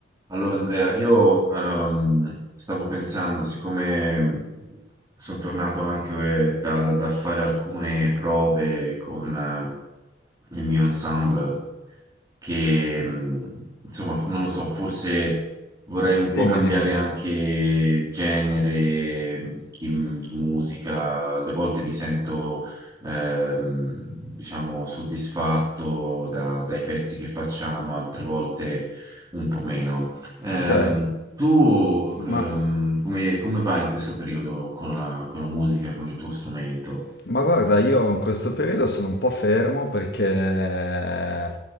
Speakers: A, on the right (about 20°); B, on the left (about 55°).
A: Allora Andrea, io ehm, stavo pensando, siccome sono tornato anche eh, dal, dal fare alcune prove con eh, il mio ensemble, che mh, insomma, non lo so, forse vorrei un po'
B: Dimmi,
A: cambiare
B: dimmi.
A: anche genere mm, di, di musica. Alle volte mi sento, ehm, diciamo, soddisfatto da- dai pezzi che facciamo, altre volte un po' meno. Ehm,
B: Ok,
A: tu ehm,
B: ma,
A: come, come vai in questo periodo con la, con la musica, con il tuo strumento?
B: ma guarda, io in questo periodo sono un po' fermo perché